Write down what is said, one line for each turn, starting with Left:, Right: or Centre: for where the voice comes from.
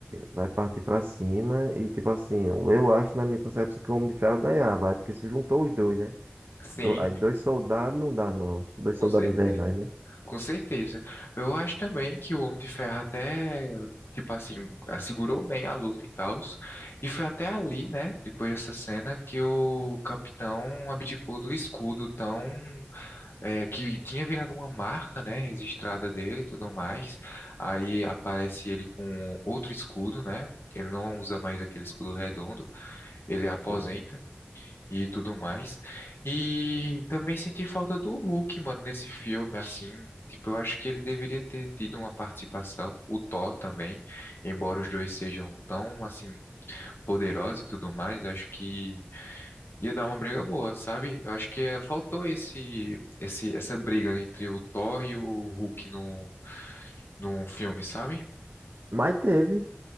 Right: vai partir pra cima e tipo assim, eu acho na minha concepção que o Homem de Ferro ganhava, vai, porque se juntou os dois, né?
Left: sim.
Right: Do- aí dois soldados não dá não, dois
Left: Com
Right: soldados
Left: certeza.
Right: invernais, né?
Left: Com certeza. Eu acho também que o Homem de Ferro até, tipo assim, assegurou bem a luta e tal. E foi até ali, né, depois dessa cena, que o capitão abdicou do escudo tão, é, que tinha virado uma marca, né, registrada dele e tudo mais. Aí aparece ele com outro escudo, né? Ele não usa mais aquele escudo redondo. Ele aposenta
Right: Sim.
Left: e tudo mais. E também senti falta do Hulk, mano, nesse filme, assim. Tipo, eu acho que ele deveria ter tido uma participação, o Thor também, embora os dois sejam tão, assim, poderosos e tudo mais, acho que ia dar uma briga boa, sabe? Eu acho que eh, faltou esse, esse, essa briga entre o Thor e o Hulk no, num filme, sabe?
Right: Mas teve,